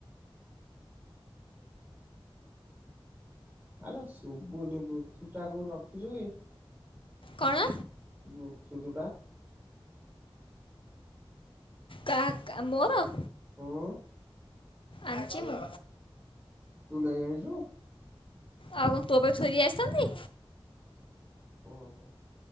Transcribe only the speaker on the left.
କଣ?
କା କା ମୋର?
ଆଜିି ମୁଁ
ଆଉ କଣ ତୋ ପାଇଁ ଥୋଇଦେଇ ଆସିଥାନ୍ତି?